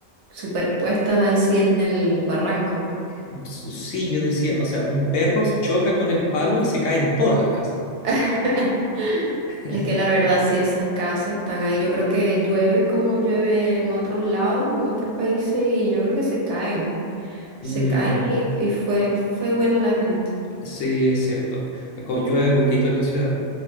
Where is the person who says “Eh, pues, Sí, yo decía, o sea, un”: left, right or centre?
Left